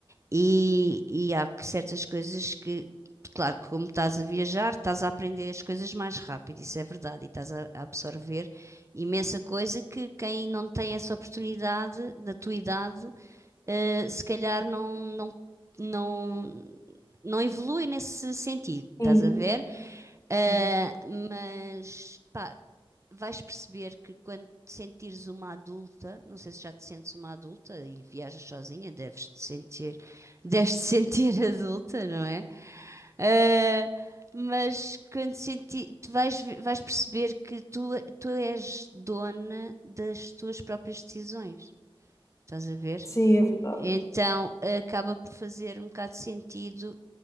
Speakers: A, on the right; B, on the left.
A: e, e há que- certas coisas que, claro, que como estás a viajar, estás a aprender as coisas mais rápido, isso é verdade, e estás a, a absorver imensa coisa que quem não tem essa oportunidade da tua idade, eh, se calhar não, não, não, não evolui nesse sentido, estás
B: Sim,
A: a ver? Ah,
B: sim,
A: mas pá, vais perceber que quando te sentires uma adulta, não sei se já te sentes uma adulta e viajas sozinha, deves te sentir, <laughs> deves te sentir <laughs> adulta, não é? Eh, mas quando senti, tu vais, ve- vais perceber que tu, tu és dona das tuas próprias decisões. Estás a ver?
B: sim, é verdade.
A: Então acaba por fazer um bocado de sentido,